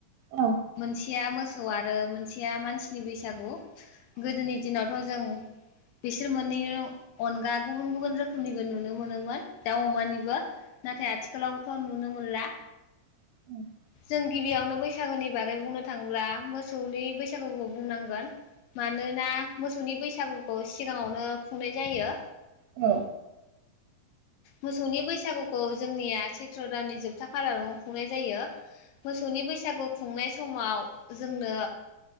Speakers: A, on the right; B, on the left.
A: औ।
B: मोनसेया मोसौ आरो मोनसेया मानसिनि बैसागु गोदोनि दिनाव थ' जों बिसोर मोननै अनगा गुबुन गुबुन रोखोमनिबो नुनो मोनोमोन। दाउ अमानिबो नाथाय आथिखालावथ' नुनो मोनला।
A: <inaudible>
B: जों गिबियावनो बैसागुनि बागै बुंनो थाङोब्ला मोसौनि बैसागुखौ बुंनांगोन। मानोना मोसौनि बैसागुखौ सिगाङावनो खुंनाय जायो।
A: औ।
B: मोसौनि बैसागुखौ जोंनिया सैत्र दाननि जोबथा खालारावनो खुंनाय जायो मोसौनि बैसागु खुंनाय समाव जोंनो